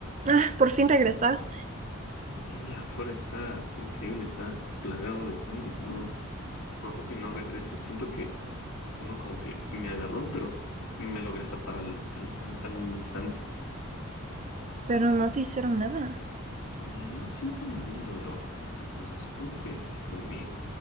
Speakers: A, on the right; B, on the left.
A: Ah, por fin regresaste,
B: Sí, afuera está increíble, está plagado de zombies, no, por poco y no regreso. Siento que uno como que me agarró, pero me logré zafar al, al, al, al instante.
A: pero no te hicieron nada.
B: No siento ningún dolor, entonces supongo que estoy bien.